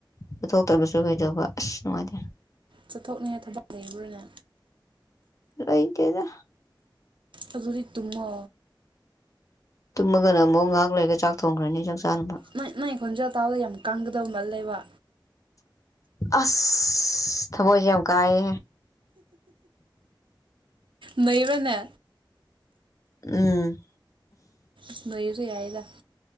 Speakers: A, on the left (about 40°); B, on the right (about 80°).
A: ꯄꯨꯊꯣꯛꯇꯕꯁꯨ ꯀꯩꯗꯧꯕ ꯑꯁ ꯅꯨꯡꯉꯥꯏꯇꯦ
B: ꯆꯠꯊꯣꯛꯅꯤꯡꯉꯥꯏ ꯊꯕꯛ ꯂꯩꯕ꯭ꯔꯥꯅꯦ
A: ꯔꯥꯏ ꯀꯦꯗ
B: ꯑꯗꯨꯗꯤ ꯇꯨꯝꯃꯣ
A: ꯇꯨꯝꯃꯒꯅ ꯑꯃꯨꯛ ꯉꯥꯏꯍꯥꯛ ꯂꯩꯔꯒ ꯆꯥꯛ ꯊꯣꯡꯈ꯭ꯔꯅꯤ ꯆꯥꯛ ꯆꯥꯅꯅꯕ
B: ꯅꯣꯏ ꯅꯣꯏ ꯈꯣꯟꯖꯦꯜꯥ ꯇꯥꯕꯗ ꯌꯥꯝ ꯀꯪꯒꯗꯕ ꯃꯥ ꯂꯩꯕ
A: ꯑꯁ ꯊꯕꯣꯏꯁ ꯌꯥꯝ ꯀꯥꯏ
B: ꯅꯣꯏꯕꯅꯦ
A: ꯎꯝ
B: ꯁ ꯃꯣꯏꯁ ꯑꯣꯏꯅ ꯌꯥꯑꯗ